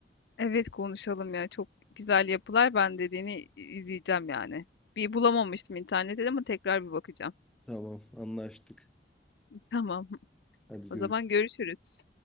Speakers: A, on the left; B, in the centre.
A: Evet konuşalım ya. Çok güzel yapılar. Ben dediğini izleyeceğim yani. Bir bulamamıştım internette ama tekrar bir bakacağım.
B: Tamam anlaştık.
A: <laughs> Tamam.
B: Hadi görüşürüz.
A: O zaman görüşürüz.